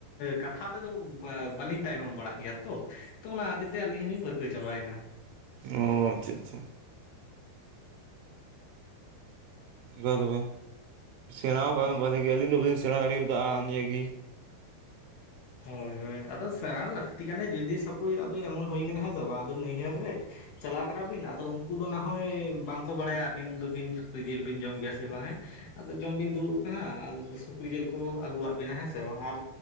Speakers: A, on the left (about 70°); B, on the right (about 80°).
A: ᱠᱟᱛᱷᱟ ᱛᱮᱫᱚ ᱵᱟᱹᱞᱤᱧ ᱛᱟᱭᱱᱚᱢ ᱵᱟᱲᱟᱜ ᱜᱮᱭᱟ ᱛᱚ᱾ ᱛᱚ ᱚᱱᱟ ᱫᱤ ᱛᱮ ᱟᱹᱞᱤᱧ ᱦᱚᱞᱤᱧ ᱯᱟᱹᱨᱠᱟᱹᱣ ᱪᱟᱵᱟᱭᱮᱱᱟ᱾
B: ᱚᱸᱻ ᱟᱪᱪᱷᱟ ᱟᱪᱪᱷᱟ ᱚᱱᱠᱟ ᱛᱚᱵᱮ ᱥᱮᱬᱟᱣ ᱠᱟᱜ
A: ᱦᱚᱸ
B: ᱵᱷᱟᱞᱤ ᱜᱮ ᱟᱹᱞᱤᱧ ᱫᱚ ᱵᱟᱹᱞᱤᱧ ᱥᱮᱬᱟ ᱫᱟᱲᱮᱭᱟᱫᱟ, ᱟ ᱱᱤᱭᱟᱹ ᱜᱮ
A: ᱦᱳᱭ ᱦᱳᱭ ᱟᱫᱚ ᱥᱮᱬᱟ ᱞᱟᱹᱠᱛᱤ ᱠᱟᱱ ᱜᱮᱭᱟ ᱡᱩᱫᱤ ᱥᱟᱯᱚᱡᱽ ᱮᱢᱚᱱ ᱦᱩᱭ ᱟᱠᱟᱱᱟ ᱦᱮᱸ ᱥᱮ ᱵᱟᱝ᱾ ᱟᱫᱚ ᱱᱟᱹᱭᱦᱟᱹᱨ ᱨᱮ ᱪᱟᱞᱟᱣᱟᱠᱟᱱ ᱵᱤᱱ ᱟᱫᱚ ᱩᱱᱠᱩ ᱫᱚ ᱱᱟᱜ ᱦᱚᱭ ᱵᱟᱝ ᱵᱟᱠᱚ ᱵᱟᱲᱟᱭᱟ ᱟᱹᱵᱤᱱ ᱫᱚᱵᱤᱱ ᱥᱩᱠᱨᱤ ᱡᱤᱞ ᱵᱤᱱ ᱡᱚᱢ ᱜᱮᱭᱟ ᱥᱮ ᱵᱟᱝ ᱦᱮᱸ ᱟᱫᱚ ᱡᱚᱢ ᱵᱤᱱ ᱫᱩᱲᱩᱵ ᱟᱨ ᱥᱩᱠᱨᱤ ᱡᱤᱞ ᱠᱚ ᱟᱹᱜᱩᱣᱟᱜ ᱵᱤᱱᱟ ᱦᱮᱸ ᱥᱮ ᱵᱟᱝ ᱟᱨ